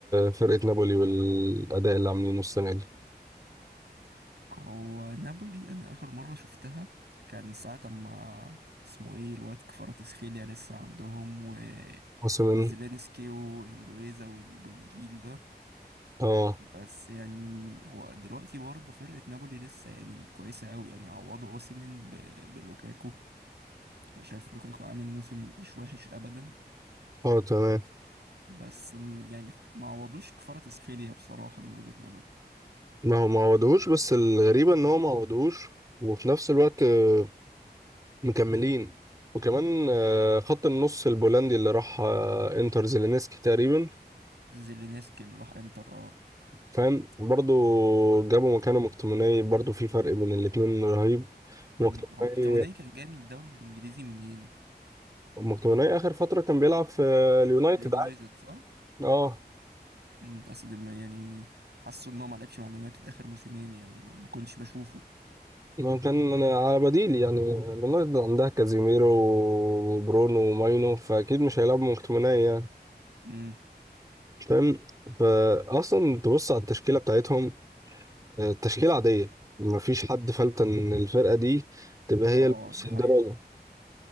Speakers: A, on the right; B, on the right.
A: فرقه نابولي والاداء اللي عاملينه السنه دي
B: هو نابولي انا اخر مرة شفتها كان ساعة ما اسمه ايه الواد كفاراتسخيليا لسه عندهم و
A: موسم
B: وزيلينسكي وانجويزا وال- والجيل ده
A: اه
B: بس يعني هو دلوقتي برضه فرقة نابولي لسه يعني كويسة قوي يعني عوضوا اوسيمين ب... بلوكاكو انا شايف لوكاكو عامل موسم مش وحش ابدا
A: اه تمام
B: بس م- يعني ح- ما عوضوش كفارة اسفيليا بصراحة من وجهة نظري
A: ما هو ما عوضوهوش بس الغريبه ان هو ما عوضوهوش وفي نفس الوقت آه، مكملين وكمان آه، خط النص البولندي اللي راح آه، انتر زيلينسكي تقريبا
B: زيلينسكي اللي راح انتر اه
A: فاهم برضو جابوا مكانه مكتوميني برضو في فرق بين الاتنين رهيب
B: م،
A: مكتوميني
B: هو مكتوني كان جاي من الدوري الانجليزي منين؟
A: مكتوماني اخر فتره كان بيلعب في اليونايتد
B: اليونايتد
A: عادي
B: صح؟
A: اه
B: م، اصل ما يعني حاسه ان هو ما لعبش مع اليونايتد اخر موسمين يعني ما, ما كنتش بشوفه
A: ما هو كان أنا على بديل يعني اليونايتد عندها كازيميرو وبرونو وماينو فاكيد مش هيلعبوا مكتوماني يعني
B: امم
A: فاهم فاصلا تبص على التشكيله بتاعتهم آه، تشكيله عاديه ما فيش حد فلت ان الفرقه دي تبقى هي
B: اه
A: المتصدره
B: دي حقيقة